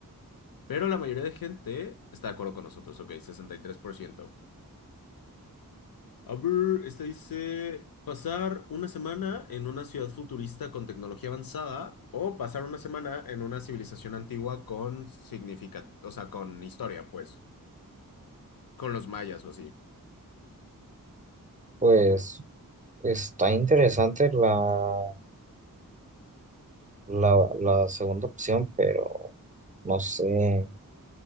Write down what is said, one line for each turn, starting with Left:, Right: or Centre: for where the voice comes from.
Left: Pero la mayoría de gente está de acuerdo con nosotros, ok, 63%. A ver, esta dice, pasar una semana en una ciudad futurista con tecnología avanzada o pasar una semana en una civilización antigua con significa, o sea, con historia, pues, con los mayas o así.
Right: pues. Está interesante la, la, la segunda opción, pero no sé.